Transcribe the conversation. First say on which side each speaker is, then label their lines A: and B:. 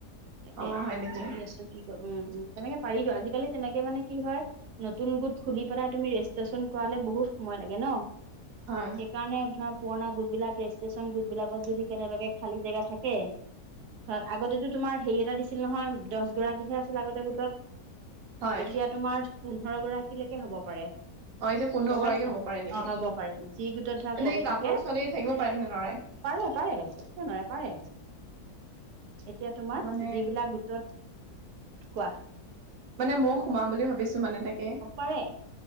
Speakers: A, on the right; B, on the right.
A: তাকে
B: অ হয় নেকি
A: ভাবি আছো কি ক উম উম তেনেকে পাৰিতো, আজিকালি তেনেকে মানে কি হয় নতুন গোট খুলি পেলাই তুমি ৰেজিষ্ট্ৰেশচন কৰালে বহুত সময় লাগে ন,
B: হয়
A: সেইকাৰণে ধৰা পুৰণি গোট বিলাক ৰেজিষ্ট্ৰেচন গোট বিলাকত যদি কেনেবাকে খালী জাগা থাকে, হয়। আগতেতো তোমাৰ হেৰি এটা দিছিল নহয়, দহ গৰাকীহে আছিল আগতে গোটত।
B: হয়
A: এতিয়া তোমাৰ পোন্ধৰ গৰাকীলৈকে হ'ব পাৰে।
B: অ এতিয়া পোন্ধৰ
A: গম পাইছা?
B: গৰাকী হ'ব পাৰে নেকি
A: অ হ'ব পাৰে, যি গোট ধৰা
B: এনেই
A: কমি
B: গাভৰু
A: থাকে,
B: ছোৱালী থাকিব পাৰে নে নৰে
A: পাৰে পাৰে কিয় নোৱাৰে পাৰে, এতিয়া তোমাৰ
B: মানে
A: যিবিলাক গোটত কোৱা?
B: মানে মইও সোমাম বুলি ভাবিছো। মানে তাকে
A: পাৰে